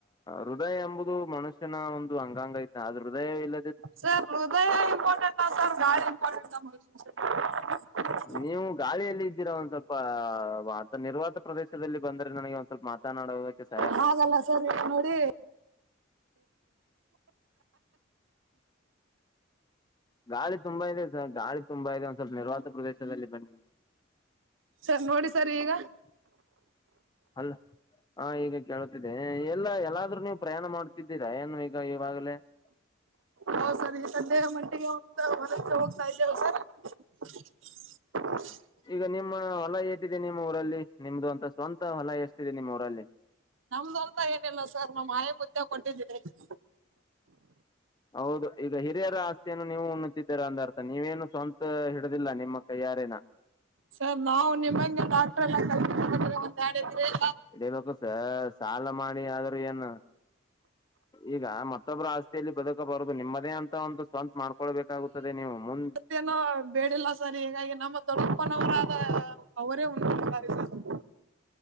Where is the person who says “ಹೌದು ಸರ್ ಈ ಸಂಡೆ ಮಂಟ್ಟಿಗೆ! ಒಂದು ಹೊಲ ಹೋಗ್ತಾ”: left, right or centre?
Right